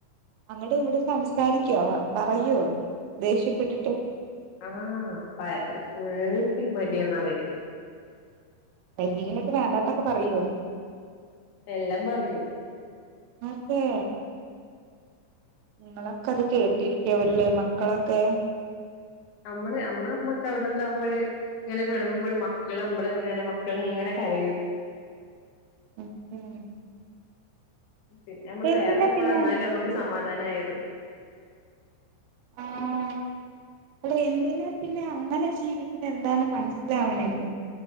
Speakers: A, on the right (about 85°); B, on the left (about 70°).
A: അങ്ങട് ഇങ്ങട് സംസാരിക്കുവോ പറയുവോ ദേഷ്യംപ്പെട്ടിട്ട്.
B: ആഹ പ ഫുൾൈ മടിയന്നാവല്.
A: എന്തെങ്കിലുമൊക്കെ വേണ്ടാത്തതൊക്കെ പറയുവോ?
B: എല്ലാം പറയും.
A: അതെ നിങ്ങളൊക്കെ അത് കേട്ടിരിക്കാവല്ലേ മക്കളൊക്കെ.
B: നമ്മള് നമ്മളമ്മക്ക അവിടെണ്ടാവുമ്പോള്. ഇങ്ങനെ പൊണങ്ങുമ്പോൾ മക്കൾ നമ്മള് ഇങ്ങനെ മക്കൾ ഇങ്ങനെ കരയും.
A: <inaudible>
B: പിന്നെ നമ്മള്
A: എന്തിനാ
B: വേറെ ഇപ്പോള
A: പിന്നെ
B: എന്നാലും നമ്മുക്ക് സമാധാനമായത്.
A: ആഹ്. അടെ എന്തിനാ പിന്നെ അങ്ങനെ ജീവിക്കുന്നത് എന്താെന്ന് മനസ്സിലാവണ് ഇല്ല.